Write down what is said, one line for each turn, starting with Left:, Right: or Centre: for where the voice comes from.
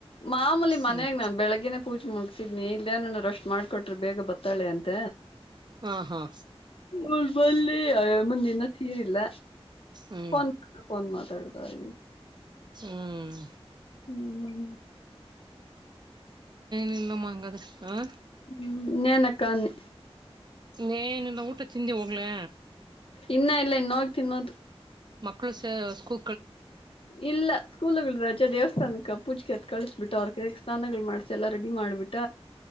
Left: ಮಾಮೂಲಿ
Right: ಹ್ಮ್
Left: ಮನಾಗ ನಾ ಬೆಳಗ್ನ ಪೂಜೆ ಮುಗಸಿದ್ನಿ ಇಲ್ಲ ಏನನರು ಅಷ್ಟ್ ಮಾಡ್ಕೊಟ್ರಿ ಬೇಗ ಬತ್ತಾಳೆ ಅಂತ
Right: ಹಾ ಹಾ
Left: ಹರ್ಬಲ್ಲಿ ಮುಂದಿನ ತೀರಿಲ್ಲ
Right: ಹ್ಮ್
Left: ಫೋನ್ ಫೋನ್ ಮಾತಾಡ್ತ ಇ
Right: ಹ್ಮ್
Left: ಹ್ಮ್
Right: ನಿಲ್ಲಮ್ಮಂಗದ್ರ ಹ
Left: ಹ್ಮ್ ಇನ್ನೇನಕ್ಕ ಅನ್ನಿ
Right: ಇನ್ನೇನಿಲ್ಲ ಊಟ ತಿಂದ ಹೋಗ್ಲಾ
Left: ಇನ್ನ ಇಲ್ಲ ಇನ್ನುಗಿ ತಿನ್ನೋದು
Right: ಮಕ್ಕಳು ಸ ಸ್ೂ
Left: ಇಲ್ಲ ಸ್ಕೂಲ್ಗಳ ರಜ್ ಜ ದೇವಸ್ಥಾನಕ್ಕ ಪೂಜಕತ್ ಕಳ್ಸಬಿಟ್ಟ ಅವ್ರ ಕ ಸ್ನಾನಾಗಗಳು ಮಾಡ್ಸ ಎಲ್ಲಾ ರೆಡಿ ಮಾಡ್ಬಿಟ್ಟ